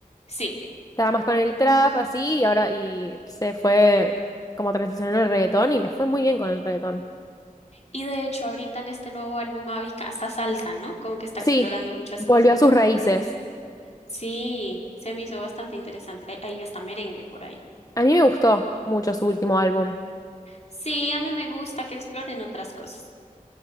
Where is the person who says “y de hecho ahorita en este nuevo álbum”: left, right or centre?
Left